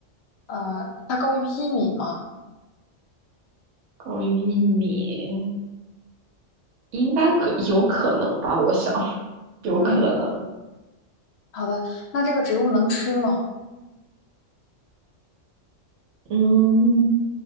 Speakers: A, on the left; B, on the right.
A: 呃，它高于一米吗？
B: 高于一米，应该可有可能吧？我想有可能。
A: 嗯，好的。那这个植物能吃吗？
B: 嗯，